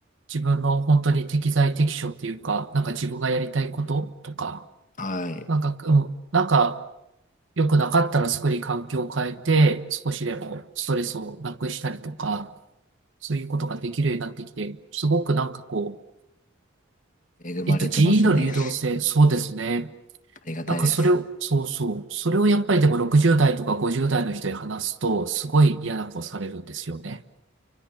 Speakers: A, on the right; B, on the left.
A: 自分の本当に適材適所っていうか、なんか自分がやりたいこととか、
B: はい。
A: なんか、うん、なんか良くなかったらすぐに環境を変えて、少しでもストレスをなくしたりとか、そういうことができるようになってきて、すごくなんかこう、
B: 恵まれてますね。
A: えっと、人員の流動性、
B: <laughs>
A: そうですね。
B: ありがたいです。
A: なんかそれを、そうそう、それをやっぱりでも60代とか50代の人に話すと、すごい嫌な顔されるんですよね。